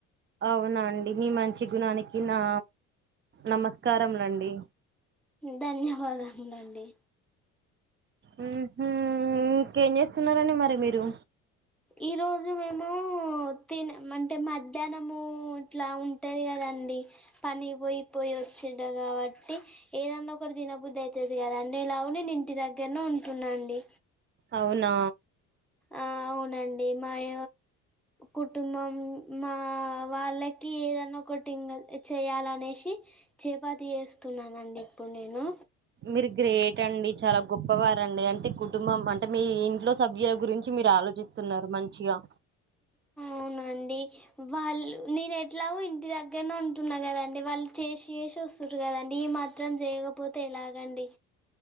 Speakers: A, on the right; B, in the centre.
A: అవునా అండి మీ మంచి గుణానికి నా నమస్కారంలండి
B: ధన్యవాదములండి
A: ఊ ఇంకేం చేస్తున్నారండి మరి మీరు
B: ఈ రోజు మేము తిన అంటే మధ్యాహ్నము ఇట్లా ఉంటది కదండి పని పోయిపోయి వచింట కాబట్టి ఏదన్నా ఒకటి దినబుద్ధి అవుతది కదా అండి ఎలాగ నేను ఇంటి దగ్గరనే ఉంటున్నా అండి
A: అవునా
B: ఆ అవునండి మాయ కుటుంబం మా వాళ్ళకి ఏదనా ఒకటింగ చేయాలనేసి చేపాతి ఏస్తున్నానండి ఇప్పుడు నేను
A: మీరు గ్రేట్ అండి చాలా గొప్పవారం అండి అంటే కుటుంబం అంటే మీ ఇంట్లో సభ్యుల గురించి మీరు ఆలోచిస్త స్తున్నారు మంచిగా
B: అవునండి వాళ్ళు నేను ఎట్లాగో ఇంటి దగ్గరనే ఉంటున్నా కదండి వాళ్ళు చేసి చేసి వస్తురు కదండి ఈ మ త్రం చేయకపోతే ఎలాగండి